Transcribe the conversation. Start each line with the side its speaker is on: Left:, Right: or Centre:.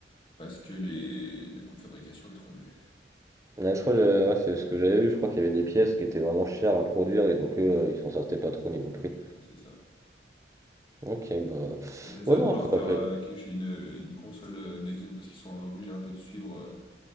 Left: Parce que les, le coût de fabrication est trop élevé.
Right: Ouais, je crois, euh, ouais, c'est ce que j'avais vu, je crois qu'il y avait des pièces qui étaient vraiment chères à produire et donc eux, euh, ils s'en sortaient pas trop au niveau prix.
Left: Ah, C'est ça.
Right: Ok, bah.
Left: Bah, C'est ça
Right: Ouais, non,
Left: de vouloir
Right: après
Left: faire
Right: la PS.
Left: euh, quelque- chose, une, une console euh, next gen parce qu'ils sont obligés un peu de suivre euh,